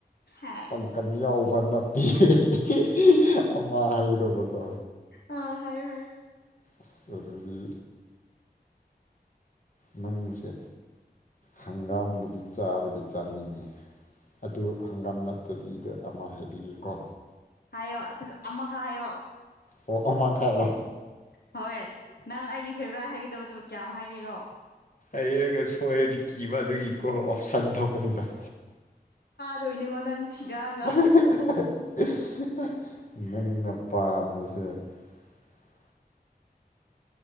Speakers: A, on the left; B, on the left.
A: ꯍꯥꯏ
B: ꯄꯪꯀꯟ ꯌꯥꯎꯕ ꯅꯥꯄꯤ ꯍꯦꯍꯦꯍꯦꯍꯦꯍꯦ ꯑꯃ ꯍꯥꯏꯒꯗꯕꯀꯣ
A: ꯑꯥ ꯍꯥꯏꯌꯣ ꯍꯥꯏꯌꯣ
B: ꯁꯤꯁ ꯑꯗꯨꯗꯤ ꯅꯪꯁꯦ ꯍꯪꯒꯥꯝꯕꯨꯗꯤ ꯆꯥꯕꯗꯤ ꯆꯥꯅꯤꯡꯉꯤ ꯑꯗꯨ ꯍꯪꯒꯥꯝ ꯅꯠꯇꯕꯤꯗ ꯑꯃ ꯍꯥꯏꯕꯤꯒꯦꯀꯣ
A: ꯍꯥꯢꯌꯣ ꯐꯥꯖ ꯑꯃꯈꯛ ꯍꯥꯢꯌꯣ
B: ꯑꯣ ꯑꯃꯈꯛ ꯔꯣ
A: ꯍꯣꯏ ꯅꯪ ꯑꯩꯒꯤ ꯐꯦꯕ꯭ꯔꯥꯏꯠ ꯍꯥꯏꯒꯗꯕꯗꯨ ꯀꯌꯥꯝ ꯍꯥꯏꯒꯦꯔꯣ
B: ꯑꯩꯔꯒ ꯁꯣꯏꯔꯗꯤ ꯀꯤꯕ ꯑꯗꯨꯒꯤꯀꯣ ꯑꯣꯞꯁꯟ ꯊꯣꯛꯄꯅꯤꯗ
A: ꯗꯨꯒꯤꯅꯤꯀꯣ ꯅꯪ ꯊꯤꯔꯛꯑꯒ
B: ꯑꯍꯦꯍꯦꯍꯦꯍꯦ ꯑꯦ ꯑ ꯅꯪꯅ ꯄꯥꯝꯕꯁꯦ